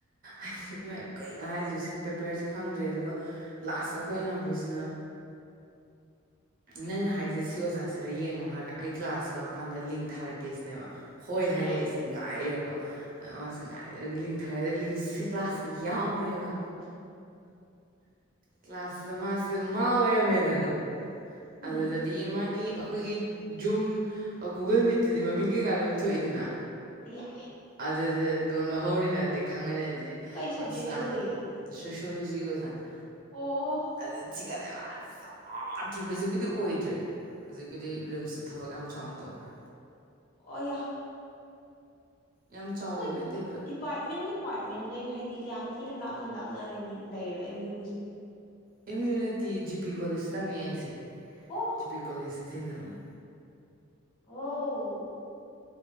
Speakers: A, on the right; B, on the left.
A: ꯥ <unintelligible> ꯀꯩꯅ ꯍꯥꯏꯗꯣꯏꯁꯦ ꯄꯦꯄꯔꯁꯦ ꯈꯪꯗ꯭ꯔꯦ ꯑꯗꯨꯒ ꯂꯥꯁꯇ ꯑꯩꯈꯣꯏ ꯏꯅꯥꯎꯄꯤꯁꯤꯅ ꯅꯪꯅ ꯍꯥꯏꯖꯦ ꯁꯤ ꯑꯣꯖꯥꯁꯤꫪ ꯌꯦꯡꯉꯣ ꯍꯥꯏꯔꯒ ꯑꯩ ꯀ꯭ꯂꯥꯁ ꯂꯧꯔꯀꯥꯟꯗ ꯂꯤꯡ ꯊꯥꯔꯛꯀꯦꯁꯤꯅꯦꯕ ꯍꯣꯏ
B: ꯑꯌꯥ
A: ꯍꯥꯏꫪꯦ ꯑꯩꯁꯦ ꯉꯥꯏꫪꯦꯕꯀꯣ ꯃꯥꯁꯦ ꯉꯥꯏ ꯂꯤꯡ ꯊꯥꯔꯦ ꯑꯗ ꯂꯤꯡꯁꯤ ꯀ꯭ꯂꯥꯁꯁꯦ ꯌꯥꯎꯔꯦꯕ
B: <inaudible>
A: ꯀ꯭ꯂꯥꯁꯁꯤꯗ ꯃꯥꯁꯦ ꯃꯥ ꯑꯣꯏꯔꯝꯃꯦꯗꯅ
B: ꯎꯝ
A: ꯑꯗꯨꯗ ꯑꯗꯒꯤ ꯃꯥꯒꯤ ꯑꯩꯈꯣꯏꯒꯤ ꯖꯨꯝ ꯒꯨꯒꯜ ꯃꯤꯠꯇꯗꯤ ꯃꯃꯤꯡ ꯀꯩꯀꯥ ꯂꯣꯏ ꯊꯣꯛꯏꯗꯅ
B: ꯌꯥ
A: ꯑꯗꯨꯗ ꯑꯗꯨꯝ ꯂꯧꯍꯧꯔꯤꯅꯗꯤ ꯈꯪꯉꯅꯤ ꯍꯥꯏꯗꯤ
B: ꯀꯩ ꯁꯕꯖꯦꯛꯀꯤ
A: ꯏꯟꯁꯇꯥ
B: ꯑꯣꯏꯔꯤꯅꯣ
A: ꯁꯣꯁꯤꯌꯣꯂꯣꯖꯤꯒꯤ ꯑꯣꯖꯥꯅ
B: ꯑꯣ
A: ꯑꯗꯨ ꯊꯤꯒꯠꯂꯦ ꯑꯁꯤ ꯍꯧꯖꯤꯛꯄꯨꯗꯤ ꯑꯣꯏꯗ꯭ꯔꯦ ꯍꯧꯖꯤꯛꯄꯨꯗꯤ ꯔꯤꯝꯁꯇ ꯊꯕꯛ ꯌꯥꯝ ꯆꯥꯎꯅ ꯇꯧꯈ꯭ꯔꯦ
B: ꯑꯣ ꯌꯥꯝ
A: ꯌꯥꯝ ꯆꯥꯎꯕꯗꯤ
B: ꯃꯣꯏ
A: ꯅꯠꯇꯦꯕ
B: ꯗꯤꯄꯥꯔꯠꯃꯦꯟ ꯗꯤꯄꯥꯔꯠꯃꯦꯟꯒꯩ ꯍꯥꯏꯗꯤ ꯌꯥꯝ ꯊꯤꯅ ꯂꯥꯞꯅ ꯂꯥꯞꯅ ꯂꯩꯔꯣ ꯑꯦꯝ ꯌꯨꯒꯤꯁꯦ
A: ꯑꯦꯝ ꯌ ꯔꯠꯇꯤ ꯖꯤꯄꯤ ꯀꯣꯂꯦꯖꯇ ꯇꯝꯃꯦ ꯑꯩꯁꯦ
B: ꯑꯣ
A: ꯖꯤꯄꯤ ꯀꯣꯂꯦꯖꯇ ꯊꯦꯡꯅꯕꯅꯦ
B: ꯑꯣ